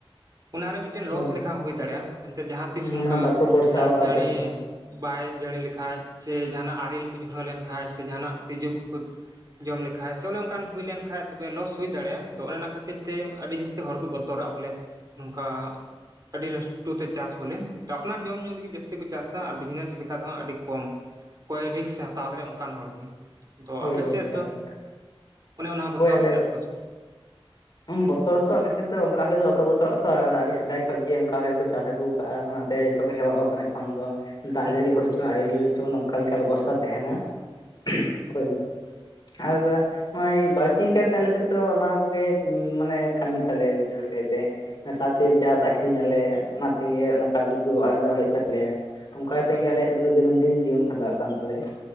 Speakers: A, on the right; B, on the left.
A: ᱚᱱᱟᱨᱮ ᱢᱤᱫᱴᱮᱱ ᱞᱚᱥ
B: ᱦᱳᱭ
A: ᱞᱮᱠᱟ ᱦᱚᱸᱦᱩᱭ ᱫᱟᱲᱮᱭᱟᱜᱼᱟ ᱮᱱᱛᱮᱫ ᱡᱟᱦᱟᱸ ᱛᱤᱥ
B: ᱢᱟᱱᱮ
A: ᱱᱚᱝᱠᱟ
B: ᱵᱟᱠᱚ ᱵᱷᱚᱨᱥᱟᱣᱟᱜᱼᱟ
A: ᱫᱟᱜᱽ ᱡᱟᱹᱲᱤ
B: ᱟᱯᱮ ᱥᱮᱫ ᱫᱚ
A: ᱵᱟᱭ ᱡᱟᱹᱲᱤ ᱞᱮᱠᱷᱟᱡᱽ ᱥᱮ ᱡᱟᱦᱟᱱᱟᱜ ᱟᱨᱮᱞ ᱠᱚ ᱧᱩᱨᱦᱟᱹ ᱞᱮᱱᱠᱷᱟᱡᱽ ᱥᱮ ᱡᱟᱦᱟᱱᱟᱜ ᱛᱸᱤᱡᱩ ᱠᱚᱠᱚ ᱡᱚᱢ ᱞᱮᱠᱷᱟᱡᱽ ᱥᱮ ᱚᱱᱮ ᱚᱱᱠᱟᱱ ᱦᱩᱭ ᱞᱮᱱᱠᱷᱟᱡᱽ ᱛᱚᱵᱮ ᱞᱚᱥ ᱦᱩᱭ ᱫᱟᱲᱮᱭᱟᱜᱼᱟ ᱚᱱᱮ ᱚᱱᱟ ᱠᱷᱟᱹᱛᱤᱨ ᱛᱮ ᱟᱹᱰᱤ ᱡᱟᱹᱥᱛᱤ ᱡᱛᱮ ᱦᱚᱲ ᱠᱚ ᱵᱚᱛᱚᱨᱟᱜᱼᱟ ᱵᱚᱞᱮ ᱱᱚᱝᱠᱟ ᱟᱹᱰᱤ ᱞᱟᱹᱥᱴᱩ ᱛᱮ ᱪᱟᱥ ᱵᱚᱞᱮ ᱟᱯᱱᱟᱨ ᱡᱚᱢ ᱧᱩ ᱞᱟᱹᱜᱤᱫ ᱡᱟᱹᱥᱛᱤ ᱠᱚ ᱪᱟᱥᱟ ᱟᱨ ᱵᱤᱡᱽᱱᱮᱥ ᱞᱮᱠᱟ ᱫᱚ ᱦᱟᱸᱜ ᱟᱹᱰᱤ ᱠᱚᱢ, ᱚᱠᱚᱭ ᱨᱤᱠᱥ ᱮ ᱦᱟᱛᱟᱣ ᱫᱟᱲᱮᱭᱟᱜᱼᱟ ᱚᱱᱠᱟᱱ ᱦᱚᱲᱜᱮ ᱛᱚ
B: ᱦᱳᱭ
A: ᱟᱯᱮᱥᱮᱫ
B: ᱦᱳᱭ ᱮᱠᱟᱞ
A: ᱫᱚ
B: ᱮᱠᱟᱞ
A: ᱚᱱᱮ ᱚᱱᱟ,
B: ᱦᱳᱭ
A: ᱵᱚᱛᱚᱨ
B: ᱟᱞᱮ
A: ᱢᱮᱱᱟᱜ ᱛᱟᱠᱚᱣᱟ ᱥᱮ ᱵᱟᱝ
B: ᱵᱚᱛᱚᱨ ᱫᱚ ᱟᱞᱮᱥᱮᱫ ᱫᱚ ᱚᱱᱠᱟ ᱫᱚ ᱵᱟᱠᱚ ᱵᱚᱛᱚᱨᱚᱜ ᱟ ᱛᱚ ᱟᱹᱰᱤ ᱥᱮᱫᱟᱭ ᱠᱷᱚᱱ ᱜᱮ ᱚᱱᱠᱟ ᱠᱚ ᱪᱟᱥ ᱟᱜ ᱟᱹᱜᱩ ᱠᱟᱜᱼᱟ ᱚᱱᱟᱛᱮ ᱡᱚᱛᱚ ᱜᱮ ᱦᱮᱣᱟ ᱟᱠᱟᱱᱟ ᱮᱠᱷᱚᱱ ᱫᱚ ᱫᱟᱜᱽ
A: ᱦᱩᱸ
B: ᱡᱟᱹᱲᱤ ᱦᱩᱭ ᱦᱚᱪᱚ ᱟᱨᱮᱞ ᱧᱩᱞᱪᱚ ᱱᱚᱝᱠᱟ ᱞᱮᱠᱟ ᱵᱮᱵᱚᱥᱛᱟ ᱛᱟᱦᱮᱱᱟ <unintelligible>
A: ᱦᱩᱸ ᱦᱩᱸ
B: ᱟᱨ ᱱᱚᱜᱼᱚᱭ ᱵᱟᱹᱲᱛᱤ ᱠᱟᱭᱛᱮ ᱟᱞᱮᱥᱮᱫ ᱫᱚ ᱚᱱᱟ ᱠᱚᱜᱮ ᱢᱟᱱᱮ ᱠᱟᱹᱢᱤ ᱛᱟᱞᱮ ᱵᱮᱥ ᱠᱟᱭᱛᱮ ᱥᱟᱺᱵᱡᱤ ᱪᱟᱥ ᱟᱠᱷᱨᱤᱧ ᱟᱞᱮ ᱚᱱᱟᱛᱮᱜᱮ ᱚᱱᱟ ᱠᱟᱹᱣᱰᱤ ᱠᱚ ᱟᱨᱡᱟᱣ ᱦᱩᱭᱩᱜ ᱛᱟᱞᱮᱭᱟ᱾ ᱛᱟᱞᱮᱭᱟ ᱚᱱᱠᱟ ᱠᱟᱛᱮᱜ
A: ᱦᱩᱸ
B: ᱜᱮ ᱟᱞᱮᱭᱟᱜ ᱫᱚ ᱫᱤᱱᱟᱹᱢ ᱫᱤᱱ ᱡᱤᱭᱚᱱ ᱠᱷᱟᱸᱰᱟᱜ ᱠᱟᱱ ᱛᱟᱞᱮᱭᱟ